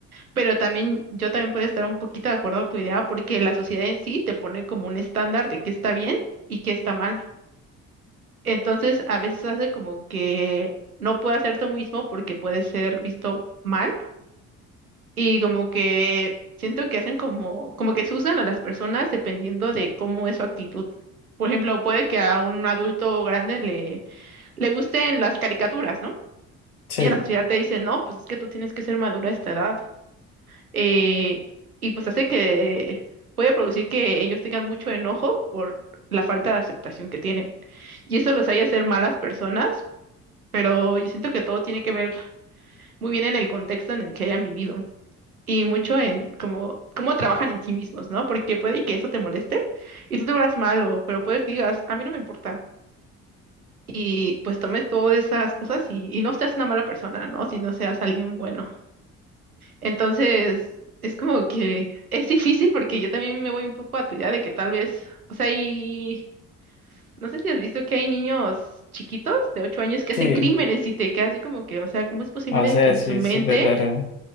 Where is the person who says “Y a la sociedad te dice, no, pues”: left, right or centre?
Right